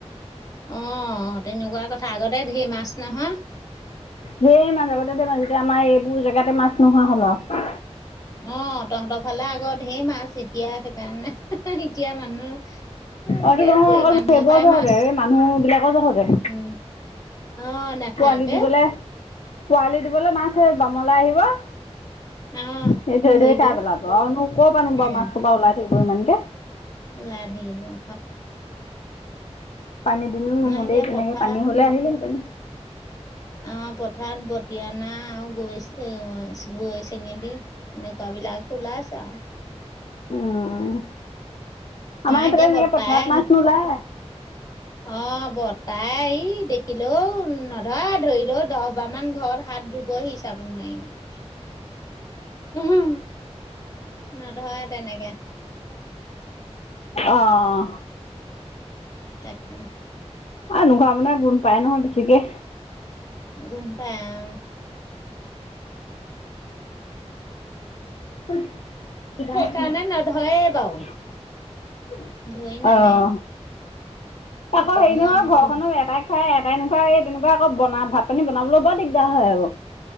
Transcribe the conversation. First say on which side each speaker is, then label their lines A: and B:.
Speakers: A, on the left; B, on the left.
A: অ', তেনেকুৱা কথা আগতে ধৰ মাছ নহয়।
B: ধেৰ মাছ, আগতে যে মাজতে আমাৰ এইবোৰ জেগাতে মাছ নোহোৱা হ'ল আৰু।
A: অ', তহঁতৰ ফালে আগৰ ঢেৰ মাছ এতিয়া সেইকাৰণে এতিয়া মানুহ এ
B: অটো
A: সেইবোৰে
B: নহয় অকল
A: মানুহৰ
B: সেইবোৰৰ
A: পৰাই
B: যহতে,
A: মাছ
B: এই মানুহ বিলাকৰ যহতে।
A: উম অ নাথাকে
B: পোৱালি দিবলে, পোৱালি দিবলে মাছ হেই বামলে আহিব। হে
A: অ
B: ধৰি
A: ধৰিব
B: ধৰি খাইপেলাব আৰুনো কৰ পৰা নো
A: উম।
B: বাৰু মাছ খোপা ওলাই থাকিব ইমানকে।
A: ওলাই থাকিব, অ',।
B: পানী দুনিও
A: আমাৰ
B: নহলেই
A: এতিয়া
B: তেনেকে,
A: পথাৰ
B: পানী হলে অনিলোহেতেন।
A: অ', পথাৰত বতিয়ানা আৰু গৈচে-গৈচেঙেদি। এনেকুৱা বিলাক ওলাইচে আৰু।
B: অ', আমাৰ
A: এতিয়া
B: এইফালে এনেকে
A: বৰ্তাই
B: পঠাৰাত মাছ নোলাই।
A: অ', বতাই ই দেখিলোও নধৰে, ধৰিলও দহ বাৰ মান ঘৰত হাত ধুবহি চাবোন মাৰি মাৰি। নধৰে তেনেকে।
B: অ',।
A: তাকে।
B: অ', ঘৰৰ মানুহে গোন্ধ পায় নহয় বেছিকে।
A: গোন্ধ পাই অ',।
B: <unintelligible>
A: সেইকাৰণে নধৰেই বাৰু ধৰি
B: অ',।
A: নানে
B: তাকো
A: নকওঁ
B: হেৰি নহয়
A: আৰু
B: ঘৰখনত
A: ধৰি।
B: এটাই খাই এটাই নাখাই, এই তেনেকুৱা আকৌ বনা- ভাত পানী বনাবলৈ বৰ দিগদাৰ হয় আকৌ।